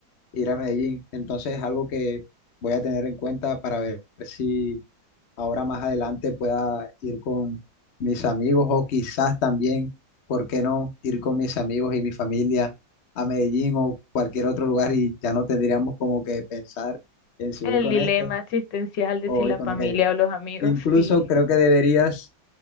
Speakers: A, on the left; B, on the left.
A: ir a Medellín. Entonces es algo que voy a tener en cuenta para ver si ahora más adelante pueda ir con mis amigos o quizás también, ¿por qué no ir con mis amigos y mi familia a Medellín o cualquier otro lugar y ya no tendríamos como que pensar en si
B: El
A: voy con
B: dilema
A: esto
B: existencial de
A: o
B: si
A: voy
B: la
A: con
B: familia
A: aquello?
B: o los amigos,
A: Incluso
B: sí.
A: creo que deberías